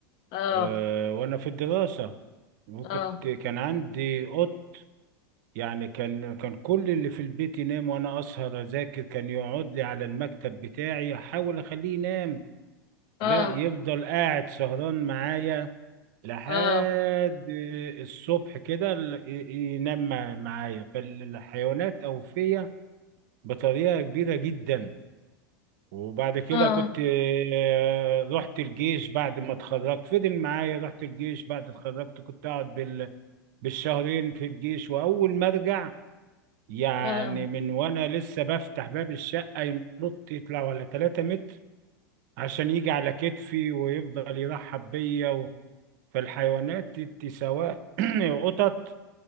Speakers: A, on the left (about 45°); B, on the right (about 55°).
A: اه
B: آه، وأنا في الدراسة وكنت
A: اه
B: كان عندي قط يعني كان كان كل اللي في البيت ينام وأنا أسهر أذاكر كان يقعد لي على المكتب بتاعي أحاول أخليه ينام
A: اه
B: لا يفضل قاعد سهران معايا لحد
A: اه
B: الصبح كده ال- ي- ينام مع- معايا فالحيوانات أوفية بطريقة كبيرة جدا وبعد كده
A: اه
B: كنت آه، رحت الجيش بعد ما اتخرجت فضل معايا رحت الجيش بعد اتخرجت كنت اقعد بال... بالشهرين في الجيش واول ما ارجع يعني
A: اه
B: من وانا لسه بفتح باب الشقة ينط يطلع ولا 3 متر عشان يجي على كتفي ويفضل يرحب بيا و... فالحيوانات الت- سواء <clears throat> قطط